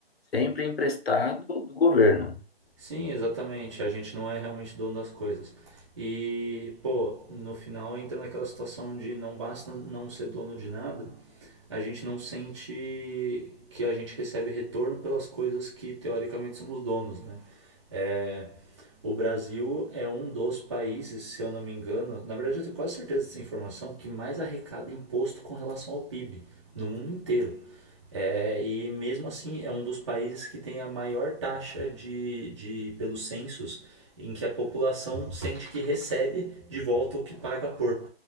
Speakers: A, on the left; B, on the right.
A: sempre emprestado do governo.
B: Sim, exatamente. A gente não é realmente dono das coisas. E, pô, no final entra naquela situação de não basta não ser dono de nada, a gente não sente que a gente recebe retorno pelas coisas que teoricamente somos donos, né? É, o Brasil é um dos países, se eu não me engano, na verdade eu tenho quase certeza dessa informação, que mais arrecada imposto com relação ao PIB no mundo inteiro. É, e mesmo assim é um dos países que tem a maior taxa de, de pelos censos em que a população sente que recebe de volta o que paga por.